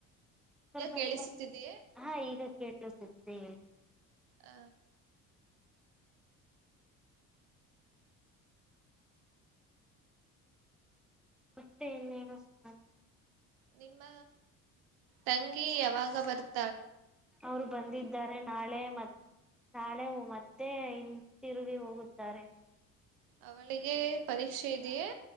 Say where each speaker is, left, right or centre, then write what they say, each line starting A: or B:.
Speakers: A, in the centre; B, on the right.
A: ಸ್ವಲ್ಪ
B: ಕೇಳಿಸುತ್ತಿದೆಯೇ
A: ನೀವ ಹಾ ಈಗ ಕೇಳ ಸುತ್ತ
B: ಹ
A: ಮತ್ತೆ ಇನ್ನೇನೋ ಸಮಾಚಾರ
B: ನಿಮ್ಮ ತಂಗಿ ಯಾವಾಗ ಬರ್ತ
A: ಅವರು ಬಂದಿದ್ದಾರೆ ನಾಳೆ ಮತ್ತೆ ನಾಳೆ ಮತ್ತೆ ಇಂತಿರುಗಿ ಹೋಗುತ್ತಾರೆ
B: ಅವಳಿಗೆ ಪರೀಕ್ಷೆ ಇದೆಯೇ